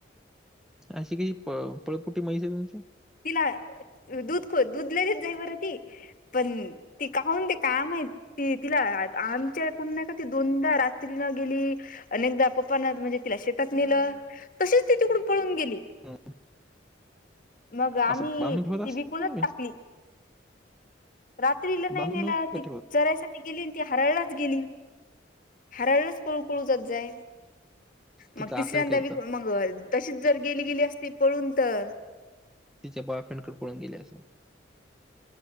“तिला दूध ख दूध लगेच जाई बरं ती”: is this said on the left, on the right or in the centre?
Left